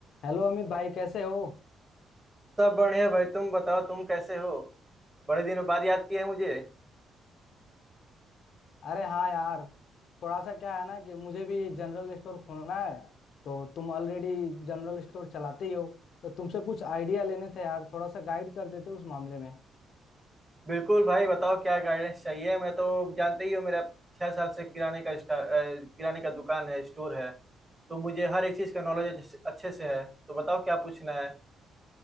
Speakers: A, on the left; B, on the right.
A: Hello Amit भाई कैसे हो
B: सब बढ़िया भाई तुम बताओ तुम कैसे हो बड़े दिनों बाद याद किए हैं मुझे
A: अरे हाँ यार थोड़ा सा क्या है ना कि मुझे भी जनरल स्टोर खोलना है तो तुम ऑलरेडी जनरल स्टोर चलाते ही हो तो तुमसे कुछ आइडिया लेने थे यार थोड़ा सा गाइड कर देते उस मामले में
B: बिल्कुल भाई बताओ क्या गाइडेंस चाहिए मैं तो जानते ही हो मेरा छह साल से किराने का स्टा- अ, किराने का दुकान है स्टोर है तो मुझे हर एक चीज का नॉलेज अच्छे से अच्छे से है तो बताओ क्या पूछना है